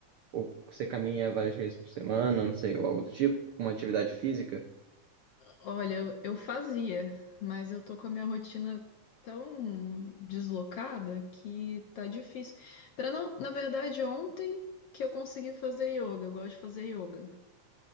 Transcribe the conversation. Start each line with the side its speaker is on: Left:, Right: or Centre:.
Right: ou você caminha várias vezes por semana, não sei, ou algo do tipo? Uma atividade física?
Left: Olha, eu, eu fazia, mas eu tô com a minha rotina tão deslocada que tá difícil. Para não, na verdade, ontem que eu consegui fazer yoga, eu gosto de fazer yoga.